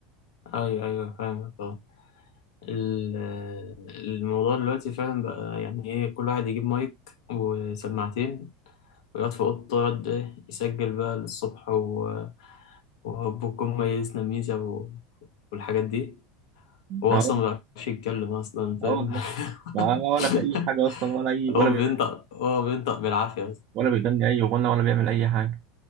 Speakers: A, on the left (about 85°); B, on the right (about 40°).
A: ايوه ايوه فاهم اه ال- الموضوع دلوقتي فعلا بقى يعني ايه كل واحد يجيب مايك وسماعتين ويقعد في اوضته يقعد ايه يسجل بقى للصبح و... وهبكم ميزنا ميزة و... والحاجات دي هو
B: اه
A: اصلا ما بيعرفش يتكلم اصلا فاهم
B: اه والله ما ولا
A: <laughs>
B: في أي حاجة أصلا ولا أي ولا
A: هو
B: بي...
A: بينطق هو بينطق بالعافية
B: ولا بيغني أي غنى ولا بيعمل أي حاجة